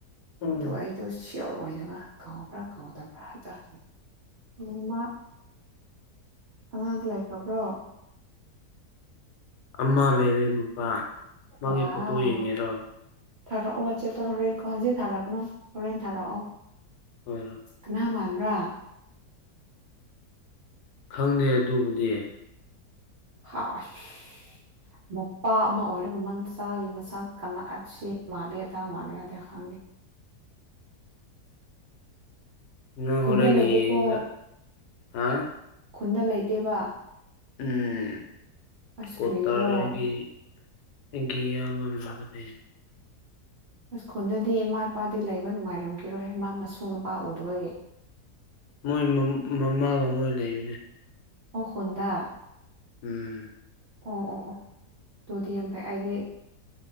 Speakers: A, on the left; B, on the right.
A: ꯎꯝ
B: ꯇꯣ ꯑꯩꯗꯣ ꯁꯤꯌꯣꯔ ꯑꯣꯏꯗꯕ ꯀꯥꯎꯕ꯭ꯔꯥ ꯀꯥꯎꯗꯕ꯭ꯔꯥ ꯍꯥꯢꯕꯗꯣ ꯎꯝ ꯃꯥ ꯑꯉꯥꯡꯗꯤ ꯂꯩꯈ꯭ꯔꯕ꯭ꯔꯣ
A: ꯑꯃ ꯂꯩꯔꯦ ꯅꯨꯄꯥ ꯃꯥꯒꯤ
B: ꯋꯥꯎ
A: ꯐꯣꯇꯣ ꯌꯦꯡꯉꯦꯔꯣ
B: ꯊꯥꯔꯛꯑꯣ ꯋꯥꯆꯦꯞꯇ ꯍꯣꯔꯦꯟ ꯍꯧꯖꯤꯛ ꯊꯥꯔꯛꯒꯅꯣ ꯍꯣꯔꯦꯟ ꯊꯥꯔꯛꯑꯣ
A: ꯍꯣꯏ ꯍꯣꯏ
B: ꯑꯉꯥꯡ ꯃꯥꯟꯕ꯭ꯔꯥ
A: ꯈꯪꯗꯦ ꯑꯗꯨꯕꯨꯗꯤ
B: ꯍꯥ <unintelligible>
A: <inaudible>
B: ꯃꯄꯥ ꯑꯃ ꯑꯣꯏꯔꯒ ꯃꯆꯥꯥꯒꯤ ꯃꯁꯥꯛ ꯀꯅꯥ ꯁꯦꯞ ꯃꯥꯜꯂꯦ ꯑꯗꯥ ꯃꯥꯜꯂꯦ ꯍꯥꯏꯗꯤ ꯈꯪꯗꯦ
A: ꯅꯪ
B: ꯈꯨꯟꯗ
A: ꯍꯣꯔꯦꯟ
B: ꯂꯩꯇꯦꯀꯣ
A: ꯌꯦꯡꯉꯒ ꯍꯥ
B: ꯈꯨꯟꯗ ꯂꯩꯇꯦꯕ
A: ꯎꯝ
B: ꯑꯁ
A: ꯀꯣꯇꯥꯔꯥꯏꯒꯤ
B: ꯀ꯭ꯔꯤꯒꯤꯔꯣ
A: ꯅꯪꯒꯤ ꯌꯥꯝꯃ <unintelligible>
B: ꯑꯁ ꯈꯨꯟꯗꯗꯤ ꯏꯃꯥ ꯏꯄꯥꯗꯤ ꯂꯩꯕ ꯅꯨꯡꯉꯥꯏꯔꯝꯈꯤꯔꯣꯏꯍꯦ ꯃꯥ ꯃꯁꯨ ꯅꯨꯄꯥ ꯎꯗꯕꯒꯤ
A: ꯃꯣꯏ ꯃ ꯃꯃꯥꯒ ꯃꯣꯏ ꯂꯩꯕꯅꯦ
B: ꯑꯣ ꯍꯨꯝꯗ
A: ꯎꯝ
B: ꯑꯣ ꯑꯣ ꯑꯣ ꯑꯗꯨꯗꯤ ꯌꯝ ꯐꯩ ꯑꯩꯗꯤ